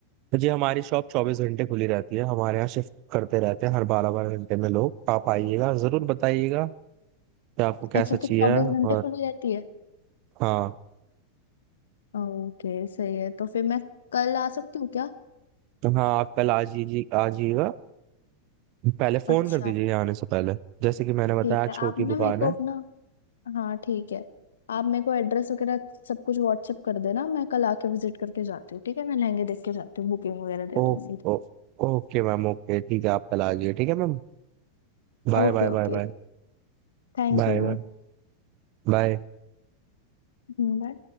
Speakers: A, on the right (about 40°); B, on the left (about 65°).
A: जी हमारी शॉप चौबीस घंटे खुली रहती है हमारे यहाँ शिफ्ट करते रहते हैं हर बारह बारह घंटे में लोग आप आइएगा जरूर बताइएगा कि आपको कैसा
B: अच्छा तो
A: चाहिए
B: चौबीस
A: और
B: घंटे खुली रहती है
A: हाँ
B: ओके सही है तो फिर मैं कल आ सकती हूँ क्या
A: हाँ आप कल आ जी आ जाइएगा पहले फोन
B: अच्छा
A: कर दीजिए यहाँ आने से पहले जैसे कि मैंने बताया
B: ठीक
A: छोटी
B: है आप ना
A: दुकान
B: मेरे को
A: है
B: अपना हाँ ठीक है आप मेरे को एड्रेस वगैरह सब कुछ व्हाट्सएप कर देना मैं कल आके विजिट करके जाती हूँ ठीक है मैं लहंगे देख के जाती हूँ बुकिंग वगैरह दे
A: Oh,
B: दूंगी
A: oh, okay ma'am okay ठीक है आप कल आ जाइए ठीक है ma'am Bye
B: Okay
A: bye bye
B: okay
A: bye
B: thank
A: bye
B: you
A: bye bye
B: bye